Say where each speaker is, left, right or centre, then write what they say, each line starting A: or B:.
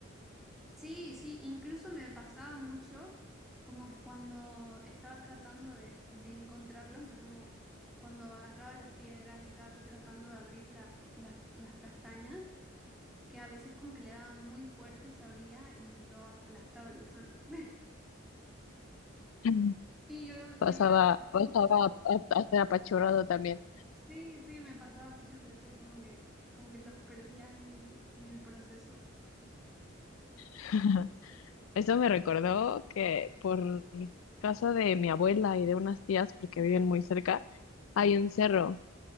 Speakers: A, in the centre; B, on the left.
A: sí, sí, incluso me pasaba mucho como que cuando estaba tratando de, de encontrarlos, o sea, como cuando agarraba las piedras y estaba así tratando de abrir las, las, las castañas, que a veces como que le daba muy fuerte, se abría y lo aplastaba el gusano. <laughs>
B: Mm.
A: Y yo lloraba.
B: Pasaba, pasaba
A: porque-
B: a- a- a ser apachurrado también.
A: Sí, sí, me pasaba muchas veces como que, como que los perdía en el, en el proceso.
B: <laughs> Eso me recordó que por casa de mi abuela y de unas tías, porque viven muy cerca, hay un cerro.